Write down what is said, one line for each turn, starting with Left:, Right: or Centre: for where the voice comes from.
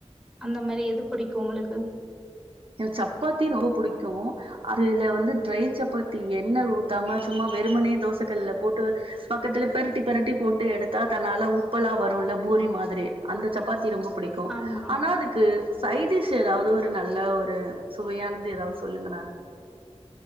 Centre: அந்த மாரி எது புடிக்கும் உங்களுக்கு
Right: எனக் சப்பாத்தி ரொம்ப புடிக்கு அதுல வந்து ட்ரை சப்பாத்தி எண்ண ஊத்தாம சும்மா வெறும்மனே தோச கல்லுல போட்டு பக்கத்துலே பெரட்டி பெரட்டி போட்டு எடுத்தா தன்னால உப்பலா வருல்ல பூரி மாதுரி அந்த சப்பாத்தி ரொம்ப புடிக் கு
Centre: ஆமா.
Right: ஆனா அதுக்கு சைடிஷ் எதாவ்து ஒரு நல்ல ஒர் ரு சுவையானது எதாவ்து சொல்லுங்கள